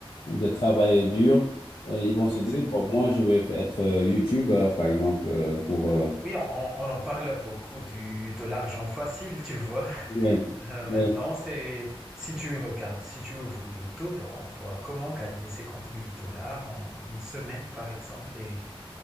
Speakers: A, on the left; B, in the centre.
A: de travailler dur, euh, ils vont se
B: Exactement.
A: dire, bon, moi je vais être euh, youtubeur par exemple euh, pour. euh,
B: Oui, on, on- on en parle beaucoup du, de l'argent facile, tu vois. <laughs>
A: oui,
B: Euh,
A: oui,
B: maintenant, c'est si tu regardes, si tu ouvres YouTube, on voit comment gagner 50 000 dollars en une semaine, par exemple, et,